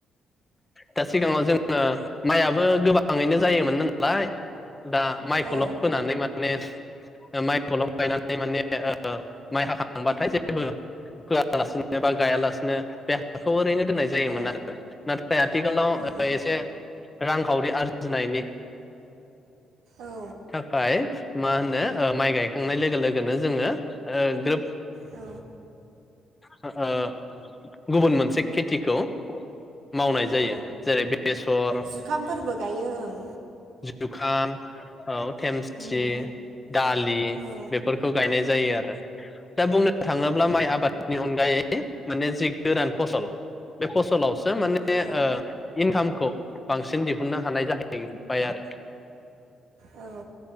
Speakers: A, on the left (about 15°); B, on the right (about 80°).
A: दा सिगाङाव जोङो माइआबो गोबाङैनो जायोमोन नालाय। दा माइखौल
B: औ
A: फोनानै माने। माइखौल गायनानै माने ओ माइ हाखांबाथाय जेबो होआलासिनो बा गायालासिनो बे हाखौ ओरैनो। <unintelligible> जायोमोन
B: औ
A: आरो ना आथिखालाव
B: ओ
A: एसे रांखावरि आर जोनायनि
B: ओ
A: थाखाय मा होनो ओ माइ गायखांनाय लोगो लोगोनो जोङो ओ ग्रोब
B: औ
A: <inaudible> ओ गुबुन मोनसे खेथिखौ मावनाय जायो
B: औ
A: जेरै बेसर
B: जुखामफोरबो गायो ओं
A: जुखाम औ थेमसि
B: उम
A: दालि
B: औ
A: बेफोरखौ गायनाय जायो आरो दा बुंनो थाङोब्ला
B: औ
A: माइ आबादनि अनगायै माने ज गोरान फसल बे फसलाव सो माने
B: औ
A: ओ इनकाम खौ बांसिन दिहुननो हानाय जाहै बाय आरो
B: औ